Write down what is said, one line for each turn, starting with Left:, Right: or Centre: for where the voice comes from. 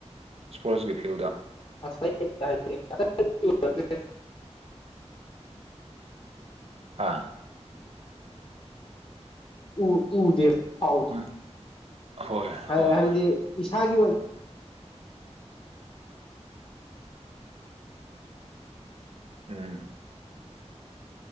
Right: ꯏꯁꯄꯣꯔꯠꯁꯀꯤ ꯐꯤꯜꯗ
Left: <unintelligible>
Right: ꯍꯥ
Left: ꯎ ꯎ ꯗꯦꯁ ꯊꯥꯎ
Right: ꯃꯟ- ꯍꯣꯏ
Left: ꯍꯥꯏꯗꯤ
Right: ꯍꯣꯏ ꯍꯣꯏ
Left: ꯏꯁꯥꯒꯤ ꯑꯣꯏꯅ
Right: ꯎꯝ